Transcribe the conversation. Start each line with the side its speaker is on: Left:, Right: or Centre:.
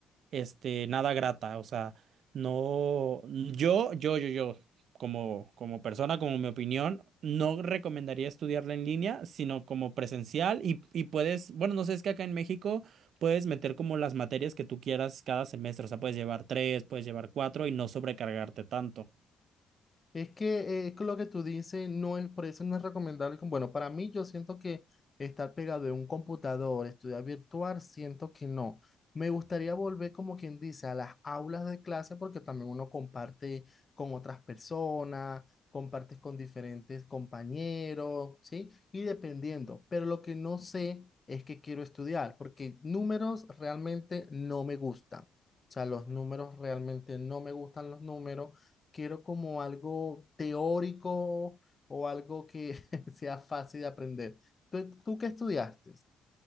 Right: este, nada grata. O sea, no, yo, yo, yo, yo, como, como persona, como mi opinión, no recomendaría estudiarla en línea, sino como presencial y, y puedes, bueno, no sé, es que acá en México puedes meter como las materias que tú quieras cada semestre. O sea, puedes llevar tres, puedes llevar cuatro y no sobrecargarte tanto.
Left: Es que, eh, lo que tú dices no es, por eso no es recomendable. como- Bueno, para mí yo siento que estar pegado de un computador, estudiar virtual, siento que no. Me gustaría volver, como quien dice, a las aulas de clase porque también uno comparte con otras personas, compartes con diferentes compañeros, ¿sí? Y dependiendo. Pero lo que no sé es que quiero estudiar porque números realmente no me gustan. O sea, los números realmente no me gustan los números quiero como algo teórico o algo que <laughs> sea fácil de aprender. ¿Tú, tú qué estudiaste?